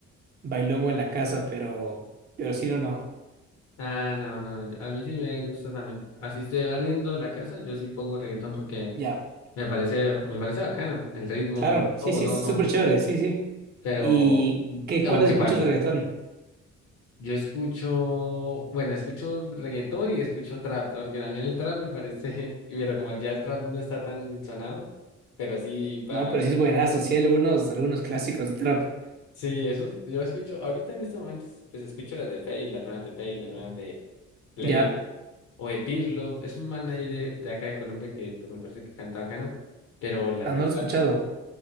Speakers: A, on the right (about 35°); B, on the left (about 85°).
A: bailongo en la casa, pero, pero si no, no.
B: Ah, no, no, yo- a mí sí me gusta también. Así esté barriendo la casa, yo sí pongo reggaetón porque
A: Ya.
B: me parece, me parece bacano, el ritmo,
A: Claro, sí,
B: todo,
A: sí,
B: todo,
A: es
B: todo.
A: súper chévere, sí, sí.
B: Pero,
A: ¿Y qué,
B: aunque
A: cuáles escuchas
B: para,
A: de reggaetón?
B: Yo escucho, bueno, escucho reggaetón y escucho trap, porque también el trap me parece, <laughs> y bueno, como ya el trap no está tan sonado, pero sí para...
A: No, pero sí es buenazo, sí hay algunos, algunos clásicos de trap.
B: Sí, eso, yo escucho, ahorita en este momento, pues escucho las de Fade, las nuevas de Fade, las nuevas de Ple
A: Ya,
B: o de Pirlo, es un man ahí de, de acá de Colombia que pues me parece que canta bacano, pero las
A: ah,
B: de
A: no lo
B: trap,
A: he escuchado.